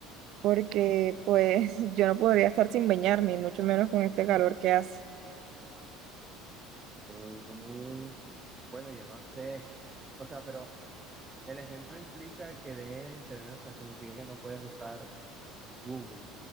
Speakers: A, on the right; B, on the right.
A: Porque pues <laughs> yo no podría estar sin bañarme, y mucho menos con este calor que hace.
B: Mm, bueno, yo no sé. O sea, pero El ejemplo implica que dejes el internet, o sea, significa que no puedes usar Google,